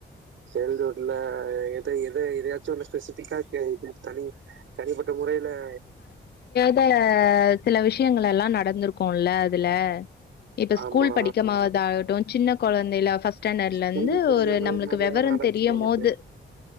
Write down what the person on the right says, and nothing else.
சைல்டு ஹுட்ல எத எத எதயாச்சு ஒண்ணு ஸ்பெசிஃபிக்கா கேளு இது தனி தனிப்பட்ட முறையில <unintelligible>
ஆமா
ஸ்கூல் படிக்கும்போது
நெறையா
நடந்துருக்கு